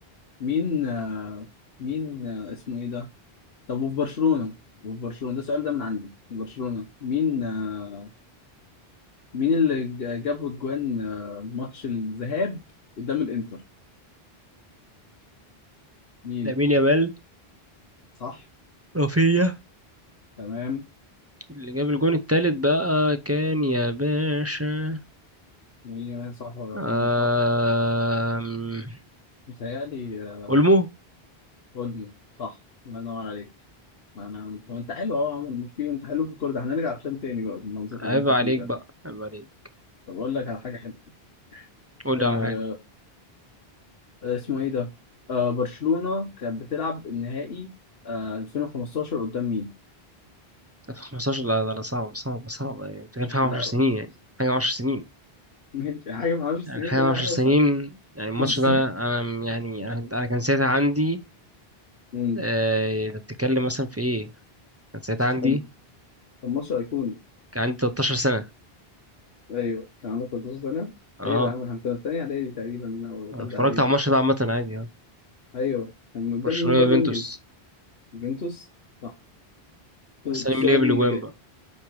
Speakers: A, on the left; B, on the right.
A: مين آه مين آه اسمه ايه ده طب وفي برشلونة وفي برشلونة ده السؤال ده من عندي في برشلونة مين آه مين اللي ج- جابوا الجوان آه، ماتش الذهاب قدام الانتر مين
B: لامين يامال
A: صح
B: رافينيا
A: تمام
B: اللي جاب الجون التالت بقى كان يا باشا
A: مين صح ولا رافينيا
B: آم...
A: صح متهيألي آه،
B: أولمو
A: قولي صح الله ينور عليك انا طب انت حلو اهو يا عم مش في انت حلو في الكوره ده هنرجع افلام تاني بقى بالمنظر اللي
B: عيب
A: انت
B: عليك
A: فيه ده
B: بقى عيب عليك
A: طب اقول لك على حاجه حلوه
B: قول لي
A: أه
B: على حاجة
A: آه، اسمه ايه ده أه برشلونه كانت بتلعب النهائي أه 2015 قدام مين
B: في 15 لا لا لا، صعب صعب صعب يعني بتتكلم في حاجة
A: لا
B: 10 سنين
A: <laughs>
B: يعني حاجة 10 سنين
A: ماشي حاجه ما اعرفش السنين
B: يعني حاجة
A: كل
B: 10
A: حاجه
B: سنين
A: بس
B: يعني الماتش
A: بس
B: ده أنا
A: <laughs>
B: يعني أنا أنا كان ساعتها عندي
A: مم.
B: آه، أنت بتتكلم مثلا في إيه؟ كان ساعتها
A: بس
B: عندي
A: كان كان ماتش أيقوني
B: كان عندي 13 سنة
A: ايوه كان عندك 13 سنه
B: أه
A: ايوه يا عم احنا كنا في تانية اعدادي تقريبا او تالتة
B: أنا اتفرجت
A: اعدادي
B: على الماتش
A: بتاع
B: ده عامة عادي أه
A: ايوه كان قدام
B: برشلونة
A: مين برضه
B: يوفنتوس
A: انجز يوفنتوس صح طيب
B: بس أنا
A: السؤال
B: مين اللي جاب
A: اللي
B: الأجوان
A: جاي
B: بقى